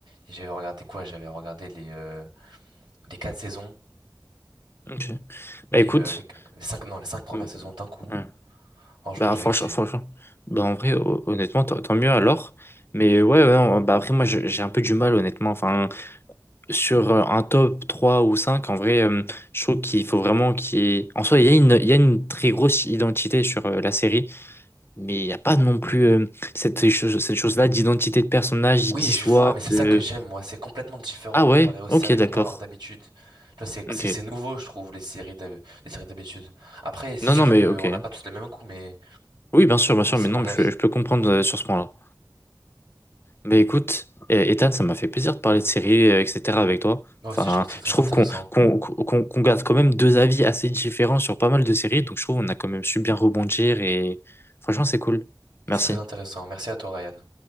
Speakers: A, on the right; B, on the left.
A: Et j'avais regardé quoi? J'avais regardé les euh, les quatre saisons
B: Ok. Bah
A: et
B: écoute.
A: euh, les, les cinq non les cinq premières
B: euh,
A: saisons d'un coup.
B: ouais.
A: Franchement,
B: Bah,
A: j'avais
B: franchement,
A: kiffé.
B: franchement. Bah, en vrai, ho- honnêtement, tant tant mieux alors. Mais ouais, ouais, non, bah après, moi, je- j'ai un peu du mal, honnêtement. Enfin, sur euh, un top 3 ou 5 en vrai, euh, je trouve qu'il faut vraiment qu'il y ait- En soi, il y a une, il y a une très grosse identité sur euh, la série, mais il n'y a pas non plus euh, cette, chose- cette chose-là d'identité de personnage,
A: Oui,
B: d'histoire,
A: je vois, mais c'est ça
B: de...
A: que j'aime, moi. C'est complètement différent
B: Ah
A: comparé
B: ouais?
A: aux séries
B: Ok, d'accord.
A: qu'on peut avoir d'habitude. Tu vois, c'est,
B: Ok.
A: c'est, c'est nouveau, je trouve, les séries d'hab- les séries d'habitude. Après, c'est
B: Non,
A: sûr
B: non, mais
A: qu'on
B: ok.
A: n'a pas tous les mêmes goûts, mais
B: Oui, bien sûr, bien sûr,
A: moi, c'est
B: mais non,
A: mon
B: mais
A: avis.
B: je, je peux comprendre euh, sur ce point-là. Mais écoute, euh, Ethan, ça m'a fait plaisir de parler de séries, euh, etc. avec toi.
A: Moi
B: Enfin,
A: aussi, je trouve que c'est très
B: je trouve
A: intéressant.
B: qu'on qu'on, qu'on, qu'on garde quand même deux avis assez différents sur pas mal de séries, donc je trouve qu'on a quand même su bien rebondir et franchement, c'est cool. Merci.
A: C'est très intéressant. Merci à toi, Ryan.